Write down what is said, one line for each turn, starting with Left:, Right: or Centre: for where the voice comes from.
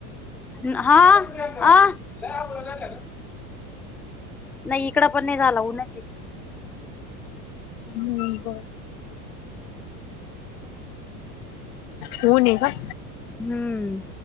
Centre: <unintelligible> नाही इकड पण नाही झाला उन्हाची.
Left: हम्म बर. होऊ न का.
Centre: हम्म.